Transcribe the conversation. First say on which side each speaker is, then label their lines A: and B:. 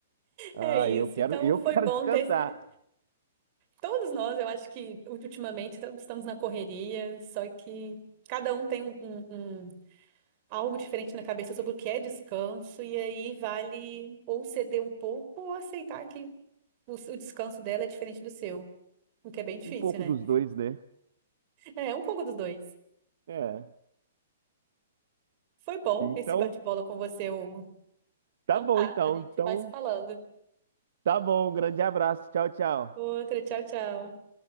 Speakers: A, on the right (about 70°); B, on the right (about 35°).
A: Ai,
B: É isso.
A: eu quero,
B: Então
A: eu
B: foi
A: quero
B: bom
A: descansar.
B: ter Todos nós, eu acho que ultimamente estamos na correria, só que cada um tem um, um- um- algo diferente na cabeça sobre o que é descanso, e aí vale ou ceder um pouco ou aceitar que o, o descanso dela é diferente do seu, o que é bem difícil,
A: Um pouco
B: né?
A: dos dois, né?
B: É um pouco dos dois.
A: É.
B: Foi bom
A: Então.
B: esse bate-bola com você, Hugo.
A: Tá
B: Então
A: bom,
B: tá,
A: então.
B: a gente
A: Então,
B: vai se falando.
A: tá bom. Um grande abraço. Tchau, tchau.
B: Outra, tchau, tchau.